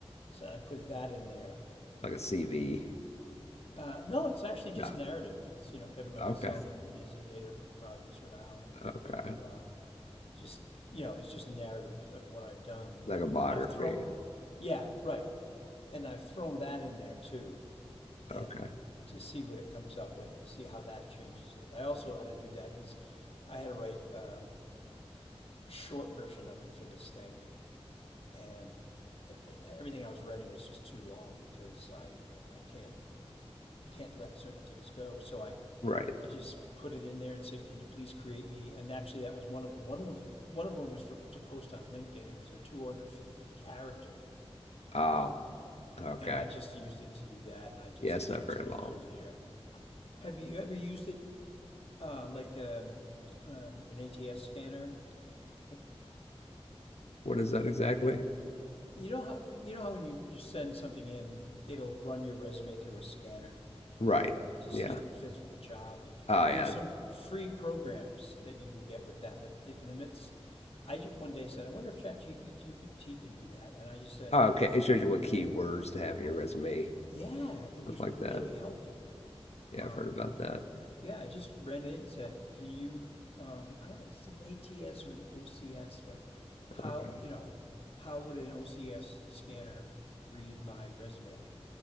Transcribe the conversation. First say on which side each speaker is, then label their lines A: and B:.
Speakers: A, on the left; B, on the left.
A: so I put that in there.
B: like a CV.
A: Uh, no, it's actually just
B: No,
A: narrative. It's you know Kevin Michael
B: okay,
A: Sullivan is a native of Providence, Rhode Island, and
B: okay,
A: blah blah blah. Just you know, it's just a narrative of what I've done,
B: like a biography.
A: and I've thrown, yeah, right, and I've thrown that in there too. and
B: Okay,
A: to see what it comes up with to see how that changes it. I also had to do that because I had to write um, a short version of it for this thing, and everything I was writing was just too long because I I can't can't let certain things go. So I
B: right.
A: I just put it in there and said, "Could you please create me?" And actually, that was one of them. One was one of them was for to post on LinkedIn. It was a 250 character,
B: Oh, okay.
A: and I just used it to do that, and I just
B: Yeah, it's
A: adjusted
B: not very long.
A: it from there. Have you ever used it uh, like um, um, an ATS scanner. Like
B: What is that exactly?
A: you know how you know how when you, you send something in, it'll run your resume through a scanner
B: Right.
A: to
B: Yeah.
A: see if it fits with the job.
B: Oh,
A: There's
B: yeah.
A: some free programs that you can get with that, but it limits. I just one day said, I wonder if ChatGPT can do that, and I just said,
B: Oh, okay. It shows you what keywords to have in your resume,
A: Yeah, it
B: stuff
A: was
B: like
A: really
B: that.
A: helpful.
B: Yeah,
A: Um,
B: I've heard about that.
A: Yeah, I just ran in and said, "Can you?" Um, I don't know if it's an ATS or an OCS, but how
B: Okay.
A: you know how would an OCS scanner read my resume?